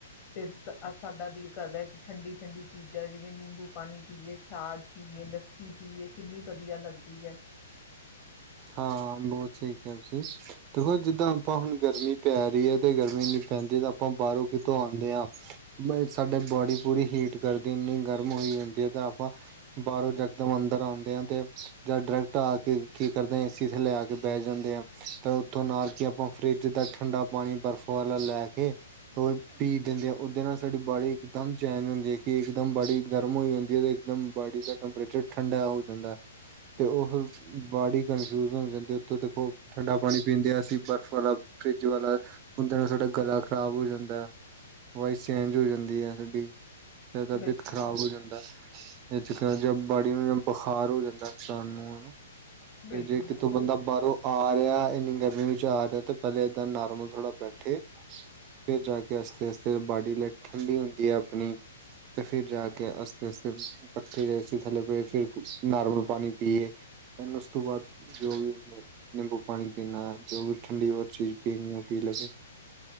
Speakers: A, on the left; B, on the right.
A: ਫਿਰ ਸ ਸਾਡਾ ਦਿਲ ਕਰਦਾ ਕਿ ਠੰਡੀ-ਠੰਡੀ ਚੀਜ਼ਾਂ ਜਿਵੇਂ ਨਿੰਬੂ ਪਾਣੀ ਪੀਏ ਛਾਜ ਪੀਏ, ਲੱਸੀ ਪੀਏ ਕਿੰਨੀ ਵਧੀਆ ਲੱਗਦੀ ਐ।
B: ਹਾਂ ਬੋਤ ਸਈ ਕਿਹਾ ਤੁਸੀਂ, ਦੇਖੋ ਜਿੱਦਾਂ ਆਪਾਂ ਹੁਨ ਗਰਮੀ ਪੈ ਰੀ ਐ ਤੇ ਗਰਮੀ ਪੈਂਦੀ ਤਾਂ ਆਪਾਂ ਬਾਰੋਂ ਕਿਥੋਂ ਆਨੇ ਆਂ ਮੋ ਸਾਡੇ ਬੋਡੀ ਪੂਰੀ ਹੀਟ ਕਰਦੀ, ਇੰਨੀ ਗਰਮ ਹੋਈ ਹੁੰਦੀ ਐ ਤਾਂ ਆਪਾਂ ਬਾਰੋਂ ਜਾ ਇਕਦਮ ਅੰਦਰ ਆਂਦੇ ਆ ਤੇ ਜਾਂ ਡਾਇਰੈਕਟ ਆ ਕੇ ਕਰਦੇ ਆਂ ਏ ਸੀ ਥੱਲੇ ਆ ਕੇ ਬਹਿ ਜਾਂਦੇ ਆਂ ਤਾਂ ਉੱਥੋਂ ਨਾਲ ਦੀ ਆਪਾਂ ਫਰਿੱਜ ਦਾ ਠੰਡਾ ਪਾਣੀ ਬਰਫ਼ ਵਾਲਾ ਲੈ ਕੇ ਪ ਪੀ ਦਿੰਦੇ ਆ ਓਦੇ ਨਾਲ ਸਾਡੀ ਬਾਡੀ ਇਕਦਮ ਚੇਜ ਹੁੰਦੀ ਐ ਕਿ ਇਕਦਮ ਬਾਡੀ ਗਰਮ ਹੋਈ ਹੁੰਦੀ ਐ ਤੇ ਇਕਦਮ ਬਾਡੀ ਦਾ ਟੈਂਪਰੇਚਰ ਠੰਡਾ ਹੋ ਜਾਂਦਾ ਤੇ ਓ ਫੇਰ ਬਾਡੀ ਕਨਫਿਊਜ ਹੋ ਜਾਂਦੀ ਓਥੇ ਦੇਖੋ ਠੰਡਾ ਪਾਣੀ ਪੀਂਦੇ ਆ ਅਸੀਂ ਬਰਫ਼ ਵਾਲਾ, ਫਰਿੱਜ ਵਾਲਾ। ਉੰਦੇ ਨਾਲ ਸਾਡਾ ਗਲਾ ਖ਼ਰਾਬ ਹੋ ਜਾਂਦਾ, ਵੋਇਸ ਚੇਂਜ ਹੋ ਜਾਂਦੀ ਐ ਸਾਡੀ। ਤੇ ਤਬੀਅਤ
A: ਬਿਲਕੁਲ
B: ਖ਼ਰਾਬ ਹੋ ਜਾਂਦਾ। ਇਹ ਚ <unintelligible> ਬਾੜੀ ਨੂੰ ਜਾਂ ਬੁਖਾਰ ਹੋ ਜਾਂਦਾ ਇਨਸਾਨ ਨੂੰ ਹਨਾ।
A: ਬਿਲਕੁਲ
B: ਤੇ ਜੇ
A: ਬਿਲਕੁਲ
B: ਕਿਥੋਂ ਬੰਦਾ ਬਾਰੋਂ ਆ ਰੇਆ ਇੰਨੀ ਗਰਮੀ ਵਿੱਚ ਆ ਰੇਆ ਤੇ ਪਹਿਲੇ ਇਦਾਂ ਨੋਰਮਲ ਥੋੜਾ ਬੈਠੇ। ਫਿਰ ਜਾ ਕੇ ਆਸਤੇ-ਆਸਤੇ ਬਾਡੀ ਲੈ ਠੰਡੀ ਹੁੰਦੀ ਐ ਅਪਨੀ। ਤੇ ਫਿਰ ਜਾ ਕੇ ਅਸਤੇ-ਅਸਤੇ ਪੱਖੇ ਯਾ ਏ ਸੀ ਥੱਲੇ ਬਏ ਫੇਰ ਨਾਰਮਲ ਪਾਣੀ ਪੀਏ। <unintelligible> ਉਸ ਤੋਂ ਬਾਦ ਜੋ ਵੀ ਨਿੰਬੂ ਪਾਣੀ ਪੀਨਾ, ਜੋ ਵੀ ਠੰਡੀ ਹੋਰ ਚੀਜ਼ ਪੀਨੀ ਓ ਪੀ ਲਵੇ।